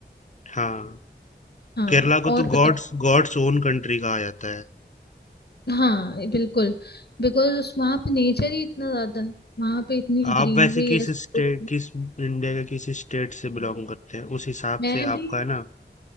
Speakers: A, on the left; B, on the left.
A: हाँ
B: हाँ
A: केरला को
B: और
A: तो
B: बताओ
A: गॉड्स गॉड्स ओन कंट्री कहा जाता है
B: हाँ बिल्कुल बिकॉज वहाँ पे नेचर ही इतना ज्यादा है वहाँ पे इतनी
A: आप
B: ग्रीनरी
A: वैसे किस
B: है सब
A: स्टेट
B: कुछ।
A: किस इंडिया के किस स्टेट से बिलोंग करते हैं उस हिसाब
B: मैं
A: से
B: भी
A: आपका है ना